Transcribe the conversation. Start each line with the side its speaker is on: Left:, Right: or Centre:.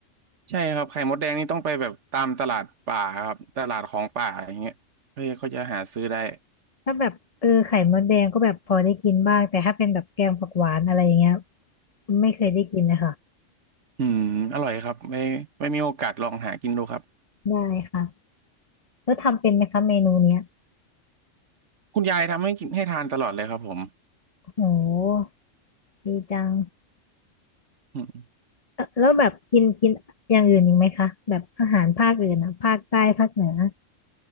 Right: ใช่ครับไข่มดแดงนี่ต้องไปแบบตามตลาดป่าครับตลาดของป่าอย่างเงี้ยเพื่อเขาจะหาซื้อได้
Left: ถ้าแบบเออไข่มดแดงก็แบบพอได้กินบ้างแต่ถ้าเป็นแบบแกงผักหวานอะไรอย่างเงี้ยไม่เคยได้กินเลยค่ะ
Right: อืมอร่อยครับไม่ไม่มีโอกาสลองหากินดูครับ
Left: ได้ค่ะ แล้วทำเป็นไหมคะเมนูเนี้ย
Right: คุณยายทำให้กินให้ทานตลอดเลยครับผม
Left: โหดีจัง
Right: อืม
Left: เอ่อแล้วแบบกินกินอย่างอื่นอีกไหมคะแบบอาหารภาคอื่นอะภาคใต้ภาคเหนือ